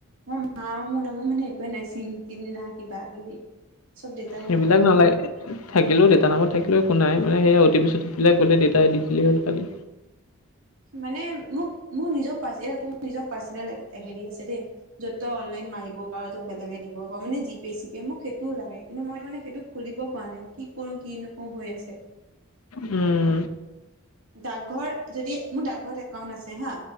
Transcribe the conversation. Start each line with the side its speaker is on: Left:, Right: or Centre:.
Right: মোৰ মা মোৰ নামত মানে একোৱে নাই, চিম - তিম না কিবা - কিবি। চব দেউতাৰে।
Left: সেইবিলাক নালাগে। থাকিলেও দেউতাৰ নামত থাকিলে একো নাই মানে সেইয়া অ টি পি, চ টি পিবিলাক গ'লে দেউতাই দি দিলে হ'ল খালি।
Right: মানে মোক মোৰ নিজৰ পাচ ইয়াৰটো নিজৰ পাৰ্চনেল এ হেৰি আছে দেই যত - তত অনলাইন মাৰিব পাৰো, তোৰ বেলেগে দিব পাৰো মানে জি পে' - চি‌‌ পে মোক সেইটো লাগে কিন্তু মই তোৰ মানে সেইটোক খুলিব পৰা নাই, কি কৰো কি নকৰো হৈ আছে?
Left: উম।
Right: ডাকঘৰ যদি মোৰ ডাকঘৰত একাউন্ট আছে হা।